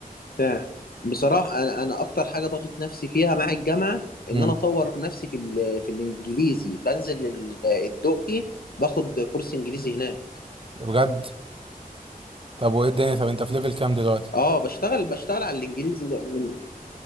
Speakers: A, on the left (about 85°); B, on the right (about 35°).
A: فعلا بصراحة أنا أنا أكتر حاجة ضغط نفسي فيها مع الجامعة إن
B: امم
A: أنا أطور نفسي في ال- في الإنجليزي بنزل ال- الدقي باخد كورس إنجليزي هناك
B: بجد طب وايه الدنيا طب انت في ليفل كام دلوقتي
A: أه بشتغل بشتغل على الإنجليزي لأن